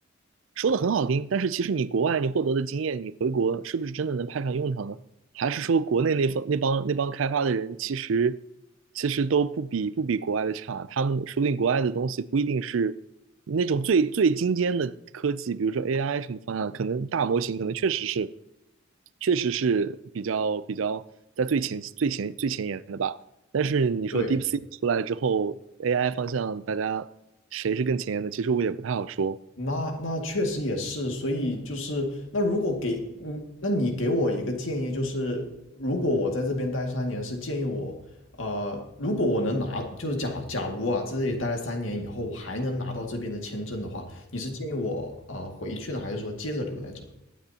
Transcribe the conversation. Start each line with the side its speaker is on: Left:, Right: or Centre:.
Right: 说的很好听，但是其实你国外你获得的经验，你回国是不是真的能派上用场呢？还是说国内那方那帮那帮开发的人，其实其实都不比不比国外的差。他们说不定国外的东西不一定是那种最最精尖的科技，比如说 AI 什么方向，可能大模型可能确实是确实是比较比较在最前最前最前沿的吧。但是你说
Left: 对。
Right: DeepSeek 出来之后，AI 方向大家谁是更前沿的？其实我也不太好说。
Left: 那那确实也是，所以就是那如果给嗯，那你给我一个建议，就是如果我在这边待三年，是建议我呃，如果我能拿，就是假假如啊，在这里待了三年以后，我还能拿到这边的签证的话，你是建议我啊、呃回去呢，还是说接着留在这？